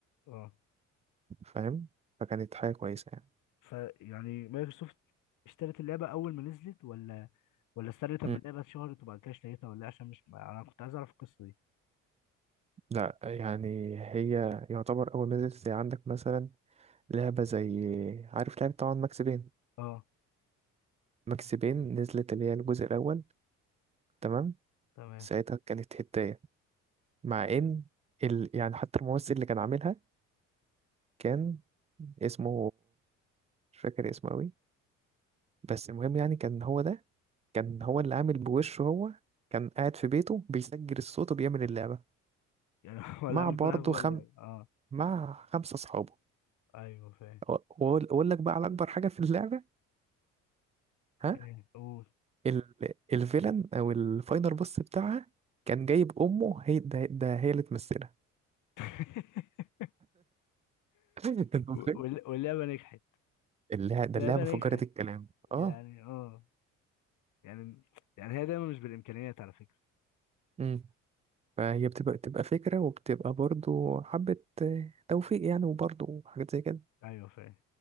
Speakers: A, on the left; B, on the right.
A: اه
B: فاهم فكانت حاجة كويسة يعني
A: فيعني مايكروسوفت اشترت اللعبه اول ما نزلت ولا ولا استنت لما
B: مم.
A: اللعبه اتشهرت وبعد كده اشتريتها ولا إيه؟ عشان مش ما- انا كنت عايز اعرف القصه دي
B: لا يعني هي يعتبر أول ما نزلت زي عندك مثلا لعبة زي عارف لعبة طبعا ماكس بين
A: اه
B: ماكس بين نزلت اللي هي الجزء الأول تمام
A: تمام
B: ساعتها كانت هداية مع
A: اه
B: إن ال... يعني حتى الممثل اللي كان عاملها كان اسمه مش فاكر اسمه أوي بس المهم يعني كان هو ده كان هو اللي عامل بوشه هو كان قاعد في بيته بيسجل الصوت وبيعمل اللعبة
A: يعني <laughs> ولا
B: مع
A: اعمل
B: برضه
A: كل حاجه جوه
B: خم...
A: اللعبه اه
B: مع خمسة أصحابه
A: ايوه فاهم
B: وأقول أقول لك بقى على أكبر حاجة في اللعبة ها
A: ايه قول
B: ال... الفيلن او الفاينل بوس بتاعها كان جايب امه هي ده, ده هي اللي تمثلها
A: <laughs>
B: <laughs> انت متخيل
A: وال- واللعبه نجحت
B: اللعبه ده
A: اللعبه
B: اللعبه
A: نجحت
B: فجرت الكلام
A: يعني
B: اه
A: اه يعني يعني هي دايما مش بالامكانيات على فكره
B: امم فهي بتبقى بتبقى فكره وبتبقى برضو حبه آه، توفيق يعني وبرضو حاجات زي كده
A: ايوه فاهم